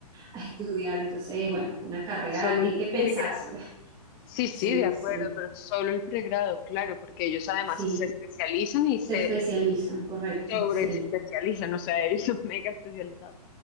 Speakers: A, on the right (about 20°); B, on the left (about 30°).
A: a estudiar. Entonces, bueno, es una carrera
B: solo
A: que
B: el
A: hay que pensársela.
B: pregrado. Sí,
A: Sí,
B: sí, de acuerdo,
A: sí,
B: pero solo el pregrado, claro, porque ellos además
A: sí,
B: se especializan y
A: se
B: se
A: especializan, correcto,
B: sobre
A: sí.
B: especializan, o sea, <laughs> ellos son mega especializados.